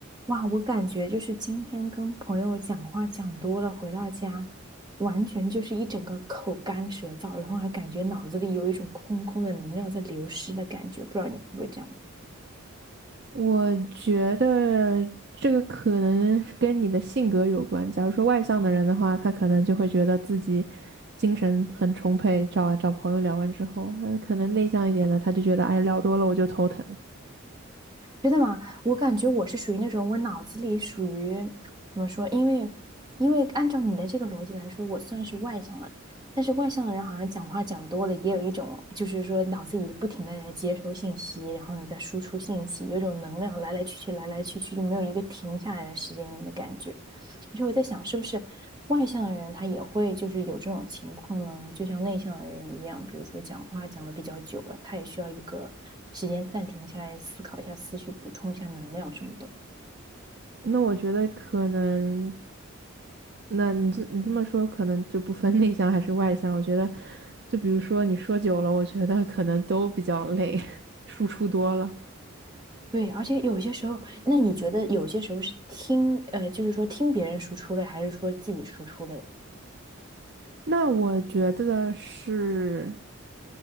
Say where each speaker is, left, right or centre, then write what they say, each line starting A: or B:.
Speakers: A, on the right (about 20°); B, on the right (about 50°).
A: 哇，我感觉就是今天跟朋友讲话讲多了，回到家完全就是一整个口干舌燥，然后还感觉脑子里有一种空空的能量在流失的感觉，不知道你会不会这样？
B: 我觉得这个可能是跟你的性格有关。假如说外向的人的话，他可能就会觉得自己精神很充沛，找啊找朋友聊完之后，那可能内向一点的，他就觉得哎聊多了我就头疼了。
A: 真的吗？我感觉我是属于那种，我脑子里属于怎么说？因为因为按照你的这个逻辑来说，我算是外向的，但是外向的人好像讲话讲多了，也有一种就是说脑子里不停的在接收信息，然后呢在输出信息，有一种能量来来去去，来来去去，就没有一个停下来的时间的感觉。所以我在想，是不是外向的人他也会就是有这种情况呢？就像内向的人一样，比如说讲话讲的比较久了，他也需要一个时间暂停下来，思考一下思绪，补充一下能量什么的。
B: 那我觉得可能，那你这你这么说，可能就不分 <laughs> 内向还是外向。我觉得，就比如说你说久了，我觉得可能都比较累，<laughs> 输出多了。
A: 对，而且有些时候，那你觉得有些时候是听，呃，就是说听别人输出类，还是说自己输出类？
B: 那我觉得是。